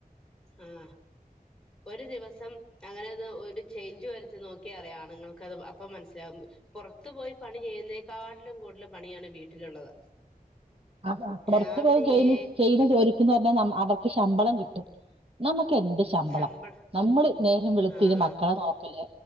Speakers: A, in the centre; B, on the right (about 40°).
A: ആഹ ഒരു ദിവസം അങ്ങനെ ഒന്ന് ഒരു ചേഞ്ച് വരുത്തി നോക്കി അറിയാം ആണുങ്ങൾക്കത് അപ്പം മനസ്സിലാകും പുറത്തു പോയി പണി ചെയ്യുന്നേക്കാട്ടിലും കൂടുതലും പണിയാണ് വീട്ടിലുള്ളത്.
B: അവ പുറത്തു
A: രാവിലെ
B: പോയി ചെയ്യുന്ന
A: ഏ
B: ചെയുന്ന ചോലിക്ക് ന്ന് പറഞ്ഞാ നമ്മ അവർക്ക് ശമ്പളം കിട്ടും. നമ്മുക്ക് എന്ത് ശമ്പളം
A: ശമ്പള
B: നമ്മള് നേരം വെളുത്തി
A: ആഹ്
B: മക്കളെ നോക്കല്